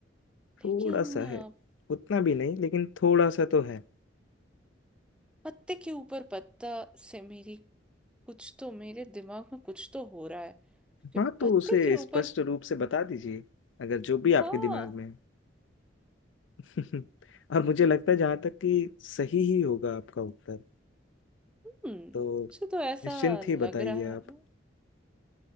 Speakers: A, on the left; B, in the centre.
A: थोड़ा
B: लेकिन
A: सा
B: अ,
A: है उतना भी नहीं लेकिन थोड़ा सा तो है
B: पत्ते के ऊपर पत्ता से मेरी कुछ तो मेरे दिमाग में कुछ तो हो रहा है कि
A: हाँ तो
B: पत्ते
A: उसे
B: के ऊपर
A: स्पष्ट रूप से बता दीजिए अगर जो भी
B: हाँ
A: आपके दिमाग में है <laughs> और मुझे लगता है जहाँ तक कि सही ही होगा आपका उत्तर
B: हम्म
A: तो
B: मुझे तो ऐसा
A: निश्चिंत
B: लग
A: ही बताइए
B: रहा है
A: आप